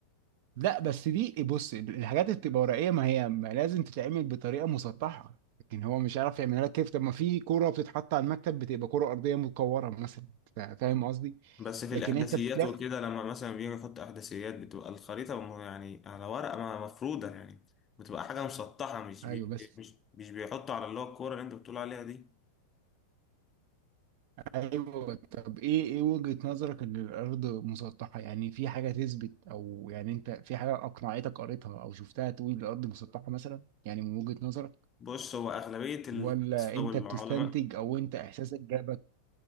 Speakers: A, on the right; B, on the left.
A: لا بس دي بص الحاجات اللي بتبقى ورقيه ما هي ما لازم تتعمل بطريقه مسطحه لكن هو مش عارف يعملها لك كيف طب ما في كوره بتتحط على المكتب بتبقى كوره ارضيه متكوره مثلا فا- فاهم قصدي
B: بس في
A: لكن
B: الإحداثيات
A: انت بتلاقي
B: وكده لما مثلا بيجي يحط إحداثيات بتبقى الخريطة م- يعني على ورقة ما- مفرودة يعني بتبقى حاجة مسطحة مش
A: ايوه
B: بي
A: بس
B: مش مش بيحطوا على اللي هو الكورة اللي أنت بتقول عليها دي
A: ايوه طب ايه ايه وجهه نظرك ان الارض مسطحه يعني في حاجه تثبت او يعني انت في حاجه اقنعتك قريتها او شفتها تقول الارض مسطحه مثلا يعني من وجهه نظرك
B: بص هو أغلبية الفلاسفة
A: ولا انت
B: والعلماء
A: بتستنتج او انت احساسك جابك